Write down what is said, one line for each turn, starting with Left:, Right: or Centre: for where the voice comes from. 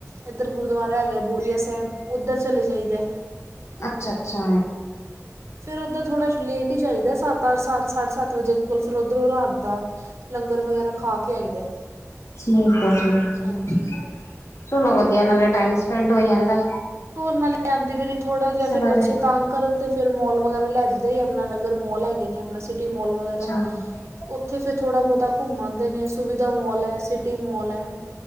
Right: ਇੱਧਰ ਗੁਰੂਦੁਆਰਾ ਹੈਗਾ ਬੁੜੀਆਂ ਸਾਹਿਬ ਉੱਧਰ ਚਲੇ ਜਾਈ ਦਾ।
Left: ਅੱਛਾ ਅੱਛਾ।
Right: ਫਿਰ ਉਧਰ ਥੋੜਾ ਲੇਟ ਈ ਜਾਈਦਾ, ਸੱਤ ਅੱਠ ਸਾਡੇ਼ ਸੱਤ ਵਜੇ, ਫਿਰ ਉੱਧਰੋ ਰਾਤ ਦਾ ਲੰਗਰ ਵਗੈਰਾ ਖਾ ਕੇ ਆਈਦਾ
Left: ਠੀਕ ਐ, ਠੀਕ ਐ
Right: ਹਾਂਜੀ
Left: ਚਲੋ ਵਧੀਆ ਨਾਲੇ ਟਾਈਮ ਸਪੈਂਡ ਹੋ ਜਾਂਦਾ।
Right: ਹੋਰ ਨਾਲੇ ਆਂਦੀ ਵਾਰੀ ਥੋੜਾ ਜਾ
Left: ਸਵੇਰੇ
Right: ਫੇਰ ਬੱਚੇ ਤਂਗ ਕਰਨ ਤੇ ਫਿਰ ਮੋਲ ਵਗੈਰਾ ਲੈ ਜਾਈ ਦਾ, ਯਮੁਨਾਨਗਰ ਮੋਲ ਹੈਗੇ ਨੇ। ਸਿਟੀ ਮੋਲ ਵਗੈਰਾ
Left: <unintelligible>
Right: ਉੱਥੇ ਫੇਰ ਥੋੜਾ ਬਹੁਤਾ ਘੁੰਮ ਆਂਦੇ ਨੇ, ਸੁਵਿਧਾ ਮੋਲ ਏ ਸਿਟੀ ਮੋਲ ਏ,